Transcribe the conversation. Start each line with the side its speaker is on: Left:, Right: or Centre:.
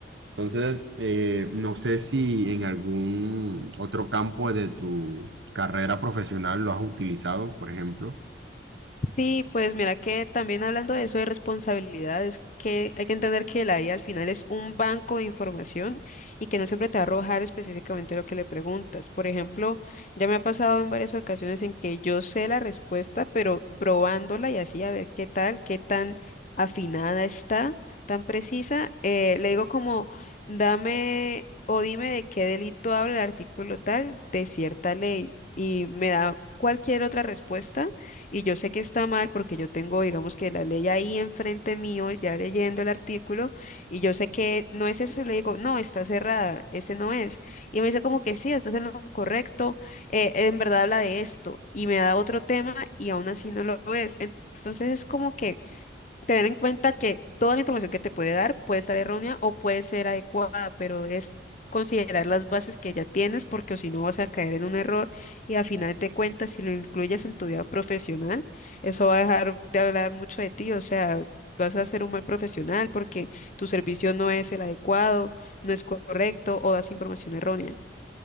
Right: Entonces, eh, no sé si en algún otro campo de tu carrera profesional lo has utilizado, por ejemplo.
Left: Sí, pues mira que también hablando de eso de responsabilidades, que hay que entender que la IA al final es un banco de información y que no siempre te va a arrojar específicamente lo que le preguntas. Por ejemplo, ya me ha pasado en varias ocasiones en que yo sé la respuesta, pero probándola y así a ver qué tal, qué tan afinada está, tan precisa, eh, le digo como, dame o dime de qué delito habla el artículo tal de cierta ley y me da cualquier otra respuesta y yo sé que está mal porque yo tengo, digamos que la ley ahí enfrente mío, ya leyendo el artículo, y yo sé que no es eso, y le digo, no, está cerrada, ese no es. Y me dice como que sí, estás en lo correcto, eh, en verdad habla de esto, y me da otro tema y aún así no lo ves. Entonces es como que tener en cuenta que toda la información que te puede dar puede estar errónea o puede ser adecuada, pero es considerar las bases que ya tienes porque o si no vas a caer en un error y al final de cuentas si lo incluyes en tu vida profesional, eso va a dejar de hablar mucho de ti, o sea, vas a ser un mal profesional porque tu servicio no es el adecuado, no es correcto o das información errónea.